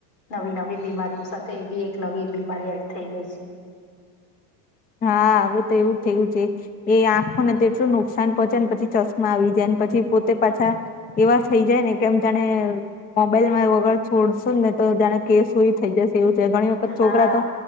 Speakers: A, on the left; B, on the left.
A: નવી નવી બીમારીઓ સાથે એ બી એક નવી બીમારી એડ થઈ ગઈ છે.
B: હા હવે તો એવું જ થયું છે. એ આંખોને તેટલું નુકસાન પહોંચે ને પછી ચશ્મા આવી જાયને પછી પોતે પાછા એવા થઈ જાય ને કેમ જાણે મોબાઈલમાં વગર છોડશું ને તો તને કેસ સુ થઈ જશે એવું છે. ઘણી
A: હા
B: છોકરા તો